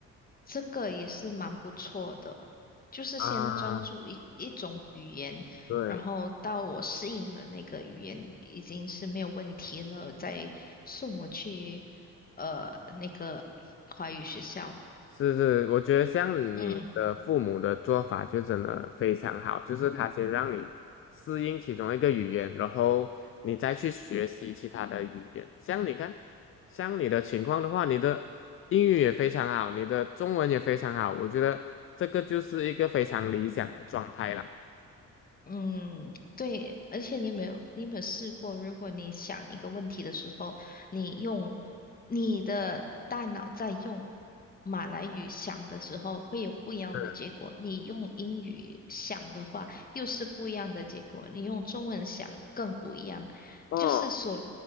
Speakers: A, on the left; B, on the left.
A: 这个也是蛮不错的，就是先专注一一种语言，
B: 啊，对，
A: 然后到我适应了那个语言已经是没有问题了，再送我去呃那个华语学校。
B: 是是，我觉得像你的父母的做法就真的非常好，
A: 嗯。
B: 就是他先让你适应其中一个语言，然后你再去学习其他的语言。像你看，像你的情况的话，你的英语也非常好，你的中文也非常好，我觉得这个就是一个非常理想的状态啦。
A: 嗯，对，而且你有没有，你有没有试过，如果你想一个问题的时候，你用你的大脑在用马来语想的时候，会有不一样的结果；
B: 嗯
A: 你用英语想的话，又是不一样的结果；你用中文想更不一样。
B: 哦，
A: 就是说，